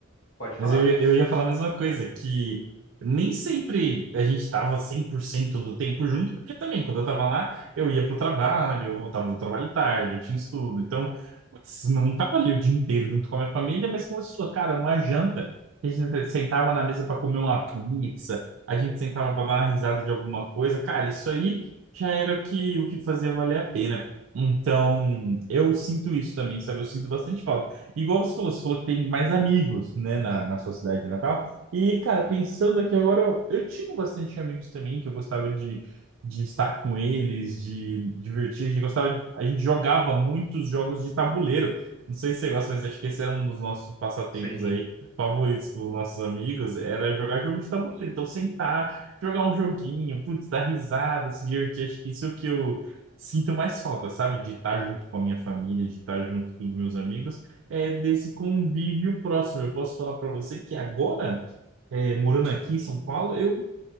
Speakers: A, on the left (about 80°); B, on the right (about 65°).
A: pode
B: Mas
A: falar.
B: eu, ia- eu ia falar a mesma coisa, que nem sempre a gente estava cento do tempo junto, porque também, quando eu estava lá, eu ia para o trabalho, eu voltava do trabalho tarde, eu tinha estudo. Então, putz, não estava ali o dia inteiro junto com a minha família, mas como você falou, cara, uma janta, a gente sentava na mesa para comer uma pizza, a gente sentava para dar uma risada de alguma coisa. Cara, isso aí já era o que, o que fazia valer a pena. Então, eu sinto isso também, sabe? Eu sinto bastante falta. Igual você falou, você falou que tem mais amigos, né, na, na sua cidade natal. E, cara, pensando aqui agora, eu, eu tinha bastante amigos também, que eu gostava de, de estar com eles, de divertir. A gente gostava, de- a gente jogava muitos jogos de tabuleiro. Não sei se você gosta, mas acho que esse era um dos nossos passatempos
A: Sim.
B: aí favoritos com os nossos amigos, era jogar jogo de tabuleiro. Então, sentar, jogar um joguinho, putz, dar risada, se divertir. Acho que isso é o que eu sinto mais falta, sabe? De estar junto com a minha família, de estar junto com os meus amigos é, desse convívio próximo. Eu posso falar para você que agora, é, morando aqui em São Paulo, eu não